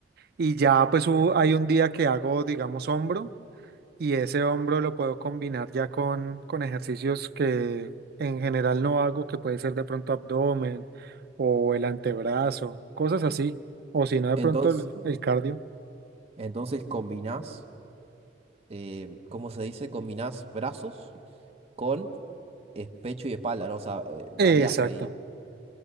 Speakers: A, on the right; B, on the right.
A: y ya pues hu- hay un día que hago, digamos, hombro Y ese hombro lo puedo combinar ya con, con ejercicios que en general no hago, que puede ser de pronto abdomen o el antebrazo, cosas así. O si no, de
B: Entonces,
A: pronto el, el cardio.
B: entonces combinás, eh, ¿cómo se dice? Combinás brazos con eh, pecho y espalda, ¿no? O sea, eh, variás
A: Exacto.
B: ahí.